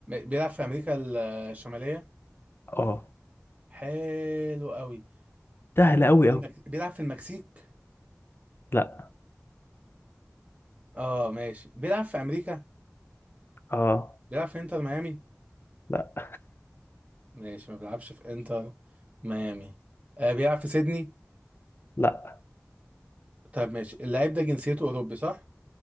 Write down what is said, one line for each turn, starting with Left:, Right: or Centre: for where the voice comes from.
Right: بيلعب في امريكا الشماليه
Left: اه
Right: حلو قوي
Left: سهل
Right: بيلعب
Left: قوي
Right: في
Left: قوي
Right: المك... بيلعب في المكسيك
Left: لا
Right: اه ماشي بيلعب في امريكا
Left: اه
Right: بيلعب في انتر ميامي
Left: لا
Right: ماشي ما بيلعبش في انتر ميامي آه بيلعب في سيدني
Left: لا
Right: طب ماشي اللاعب ده جنسيته اوروبي صح